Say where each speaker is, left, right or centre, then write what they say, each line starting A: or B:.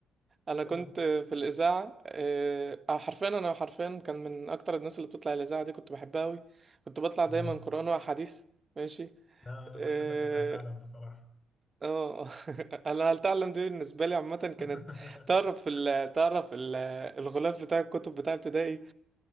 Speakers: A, on the right (about 30°); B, on the left (about 30°).
A: انا كنت
B: قول
A: في الاذاعه آه، آه، حرفيا انا حرفيا كان من اكتر الناس اللي بتطلع الاذاعه دي كنت بحبها قوي كنت بطلع
B: آه
A: دايما قران واحاديث ماشي
B: لا أنا
A: اه
B: كنت ماسك هل تعلم بصراحة
A: آه. <laughs> انا هل تعلم دي بالنسبه لي عامه كانت
B: <laughs>
A: تعرف ال... تعرف ال... الغلاف بتاع الكتب بتاع ابتدائي